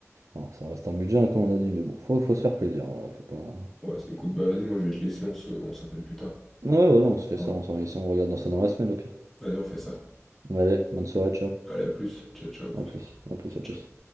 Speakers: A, on the right; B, in the centre.
A: Bon, ça reste un budget, hein, comme on a dit, mais bon, faut, faut se faire plaisir, voilà, faut pas... Ouais,
B: Ouais, c'est- écoute, bah vas-y, moi je vais te laisser, on se, on s'appelle plus tard.
A: voilà, on se fait
B: Parler.
A: ça, on s'organise, ça, on regarde dans ça dans la semaine, au pire.
B: Vas-y, on fait ça.
A: Allez, bonne soirée, ciao.
B: Allez, à plus. Ciao, ciao, prends
A: À plus,
B: soin de toi.
A: à plus, à
B: Ciao.
A: plus.